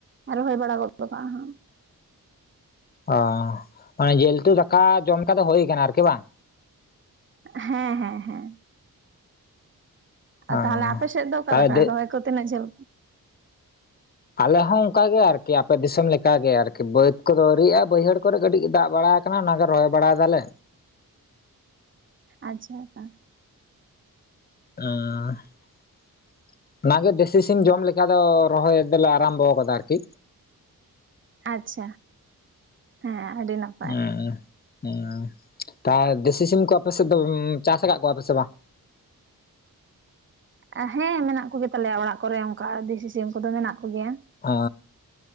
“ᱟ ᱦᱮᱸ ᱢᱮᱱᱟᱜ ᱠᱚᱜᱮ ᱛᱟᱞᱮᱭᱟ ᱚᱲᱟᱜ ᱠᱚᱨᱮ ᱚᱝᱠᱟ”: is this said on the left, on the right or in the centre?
Right